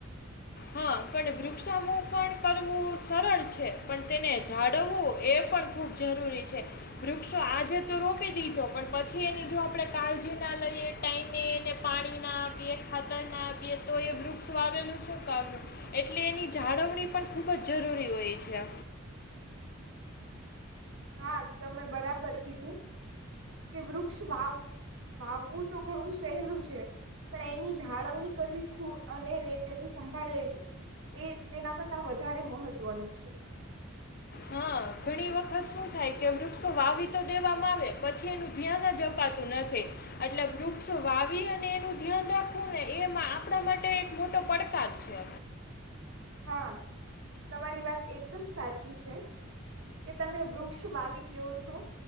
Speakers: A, on the left; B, on the right.
A: હા પણ વૃક્ષમાં પણ કરવું સરળ છે પણ તેને જાળવવું એ પણ ખૂબ જરૂરી છે વૃક્ષો આજે તો રોપી દીધો પણ પછી એની જો આપણે કાળજી ના લઈએ ટાઈમે એને પાણી ના આપીએ ખાતર ના આપીએ તો એ વૃક્ષ આવેલું શું કામનું એટલે એની જાળવણી પણ ખૂબ જ જરૂરી હોય છે.
B: હા તમે બરાબર કીધું કે વૃક્ષ ભાવ ભાવવું તો ઘણું સહેલું છે પણ એની જાળવણી કરવી ખૂબ અને તેમને સંભાળ લેવી એ તેના કરતા વધારે મહત્વનું છે..
A: હા ઘણી વખત શું થાય કે વૃક્ષો વાવી તો દેવામાં આવે પછી એનું ધ્યાન જ અપાતું નથી એટલે વૃક્ષ વાવી અને એનું ધ્યાન રાખવું ને એમાં આપણા માટે એક મોટો પડકાર છે.
B: હા. તમારી વાત એકદમ સાચી છે. કે તમે વૃક્ષ વાવી ગયો છો